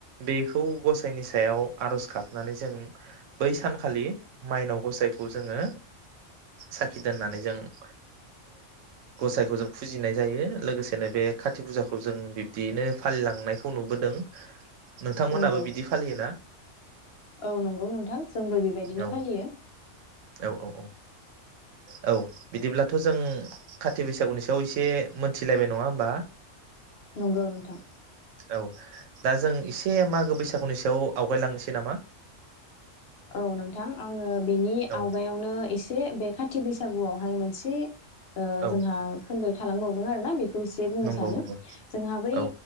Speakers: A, on the right; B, on the left.
A: बेखौ गसाइनि सायाव आर'ज गाबनानै जों बै सानखालि माइनाव गसाइखौ जोङो साखि दोननानै जों ओ गसाइखौ जों फुजिनाय जायो लोगोसेनो बे कत फुजाखौ जों बिब्दियैनो फालिलांनायखौ नुबोदों नोंथांमोनाबो
B: नंगौ
A: बिदि फालियो ना
B: औ नंगौ नोंथां जोंबो बेबायदिनो
A: औ
B: फालियो
A: औ औ औ औ बिदिब्लाथ' जों खाथि बैसागुनि सायाव एसे मोनथिलायबाय नङा होमबा
B: नंगौ नोंथां
A: औ दा जों एसे मागो बैसागुनि सायाव आवगायलांनोसै नामा
B: औ नोंथां आङो बेनि
A: औ
B: आवगायावनो एसे बे खाथि बैसागुआव माइ मोनसे
A: औ
B: जोंहा खोन्दो थालांबाव दों आरोना बे खौ एसे बुंनो
A: नंगौ
B: सानो
A: नंगौ
B: जोंहा बै
A: औ